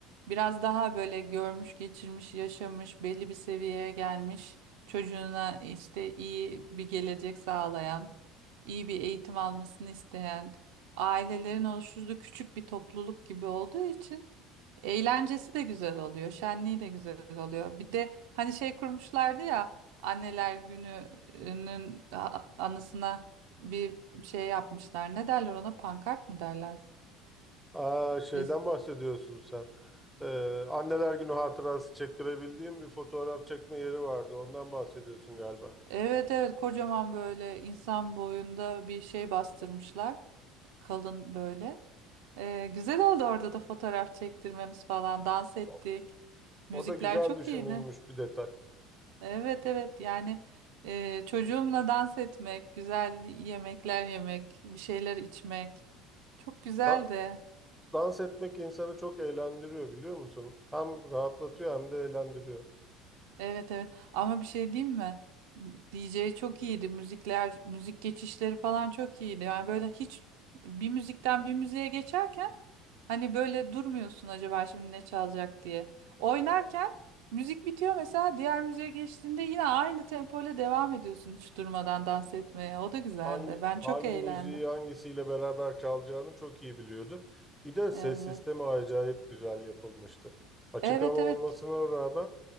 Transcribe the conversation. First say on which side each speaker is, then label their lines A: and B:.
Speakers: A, on the right (about 80°); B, in the centre.
A: biraz daha böyle görmüş, geçirmiş, yaşamış, belli bir seviyeye gelmiş, çocuğuna işte iyi bir gelecek sağlayan, iyi bir eğitim almasını isteyen ailelerin oluşturduğu küçük bir topluluk gibi olduğu için eğlencesi de güzel oluyor, şenliği de güzel oluyor. Bir de hani şey kurmuşlardı ya Anneler Günü'nün a- anısına bir şey yapmışlar. Ne derler ona? Pankart mı derler?
B: Aa şeyden
A: Riz-
B: bahsediyorsun sen. Ee, Anneler Günü hatırası çektirebildiğim bir fotoğraf çekme yeri vardı. Ondan bahsediyorsun galiba.
A: Evet evet kocaman böyle insan boyunda bir şey bastırmışlar. Kalın böyle. Ee, güzel oldu orada da fotoğraf çektirmemiz falan. Dans ettik.
B: O,
A: Müzikler
B: o da güzel
A: çok
B: düşünülmüş
A: iyiydi.
B: bir detay.
A: Evet evet yani e, çocuğumla dans etmek, güzel yemekler yemek, bir şeyler içmek. Çok güzeldi.
B: Ha- Dans etmek insanı çok eğlendiriyor biliyor musun? Hem rahatlatıyor hem de eğlendiriyor.
A: Evet evet ama bir şey diyeyim mi? DJ çok iyiydi. Müzikler, müzik geçişleri falan çok iyiydi. Yani böyle hiç bir müzikten bir müziğe geçerken hani böyle durmuyorsun acaba şimdi ne çalacak diye. Oynarken müzik bitiyor mesela diğer müziğe geçtiğinde yine aynı tempo ile devam ediyorsun hiç durmadan dans etmeye. O da güzeldi.
B: Hangi
A: Ben
B: hangi
A: çok eğlendim.
B: müziği hangisiyle beraber çalacağını çok iyi biliyordu. Bir de ses
A: Evet.
B: sistemi acayip güzel yapılmıştı. Açık
A: Evet
B: hava olmasına
A: evet
B: rağmen